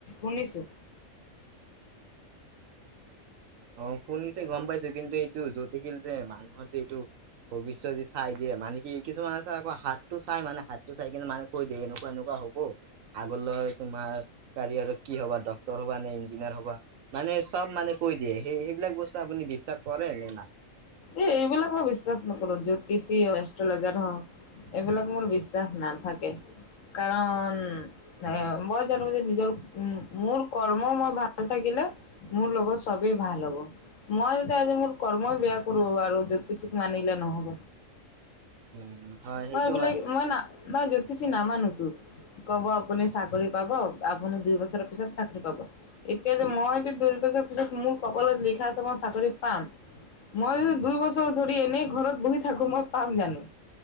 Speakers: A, on the left; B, on the right.
A: উনিচো।
B: অ শুনিছে গম পাইছো কিন্তু এইটো জতিশীল যে মানুহৰ যে এইটো ভৱিষ্যত চাই দিয়ে মানে কি কিছুমান আছে আকৌ হাতটো চাই মানে হাতটো চাই কিনে মানে কৈ দিয়ে এনেকুৱা এনেকুৱা হ'ব আগলৈ তোমাক কাৰিয়াৰত কি হ'বা ডক্টৰ হ'বা নে ইঞ্জিনিয়াৰ হ'বা মানে চব মানে কৈ দিয়ে। সেই সেইবিলাক বস্তু আপুনি বিশ্ৱাস কৰে নে নাই?
A: এই এইবিলাক মই বিশ্বাস নকৰো জ্যোতিষী এষ্ট্ৰলজাৰ হওক এইবিলাক মোৰ বিশ্বাস নাথাকে। কাৰণ এ মই জানো যে নিজৰ উ মোৰ কৰ্ম মই ভাল থাকি দে মোৰ লগত চবেই ভাল হ'ব, মই যে আজি মোৰ কৰ্মই বয়া আৰু জ্যোতিষিক মানিলে নহ'ব।
B: উম হয়
A: মই
B: সেইটো
A: এইবিলাক
B: হয়
A: মই না মই জ্যোতিষী নামানো। কব আপুনি চাকৰি পাব, আপুনি দুই বছৰৰ পিছত চাকৰি পাব। এতিয়া যে মই দুই বছৰ পিছত মোৰ কপালত লিখা আছে মই চাকৰি পাম। মই দুই বছৰ ধৰি এনেই ঘৰত বহি থাকো মই পাম জানো?